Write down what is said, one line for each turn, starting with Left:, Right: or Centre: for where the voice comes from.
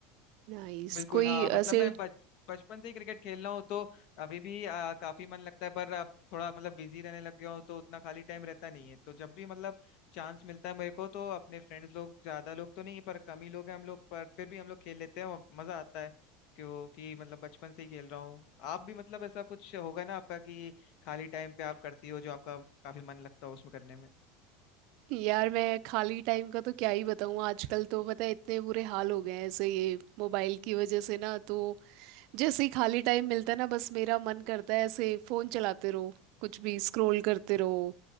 Right: नाइस
Left: बिल्कुल
Right: कोई
Left: हाँ मतलब
Right: ऐसे
Left: मैं बच बचपन से ही क्रिकेट खेल रहा हूँ तो अभी भी आ, काफी मन लगता है पर अब थोड़ा मतलब बिजी रहने लग गया हूँ तो उतना खाली टाइम रहता नहीं है तो जब भी मतलब चांस मिलता है मेरे को तो अपने फ्रेंड्स लोग ज्यादा लोग तो नहीं पर कम ही लोग हैं हम लोग पर फिर भी हम लोग खेल लेते हैं और मजा आता है क्योंकि मतलब बचपन से ही खेल रहा हूँ आप भी मतलब ऐसा कुछ होगा ना आपका कि खाली टाइम पे आप करती हो जो आपका काफी मन लगता हो उसमें करने में
Right: यार मैं खाली टाइम का तो क्या ही बताऊँ आजकल तो पता है इतने बुरे हाल हो गए हैं ऐसे ये मोबाइल की वजह से ना तो जैसे ही खाली टाइम मिलता है ना बस मेरा मन करता है ऐसे फोन चलाते रहो कुछ भी स्क्रॉल करते रहो